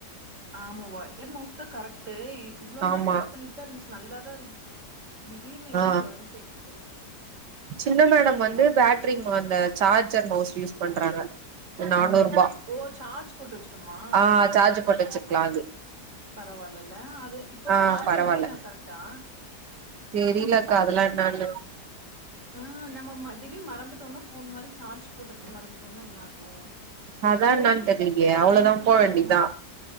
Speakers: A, on the right (about 45°); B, on the right (about 75°).
A: ஆமா ஒயர் மௌஸ்தா கரெக்டு இ இவ்ளோ
B: ஆமா
A: நாள் ஒர்க் பண்ணிட்டு இருந்ச்சு நல்லா தா இருந்ச்சு திடீர்னு எனமோ
B: ஆ
A: வேல செய்ய மாட்டேங்குது
B: சின்ன மேடம் வந்து பேட்ரிக் ம அந்த சார்ஜர் மவுஸ் யூஸ் பண்றாங்க நானூறுபா
A: ம் ஹு ஓ சார்ஜ் போட்டு வச்சுக்கணுமா
B: ஆ சார்ஜ் போட்டு வச்சிருக்கலா அது
A: பரவால்லல அது இப்போ
B: ஆ
A: சார்ஜ்
B: பரவால்ல
A: நிக்கிதா கரெக்டா
B: தெரிலக்கா அதெல்லா என்னனு
A: ஆ நம்ம மற திடீர் மறந்துட்டோனா ஃபோன் மாரி சார்ஜ் போட்டுறது மறந்துட்டோனா என்ன ஆகு
B: அதா என்னானு தெரிலயே அவ்ளோதா போ
A: ம்
B: வேண்டியதா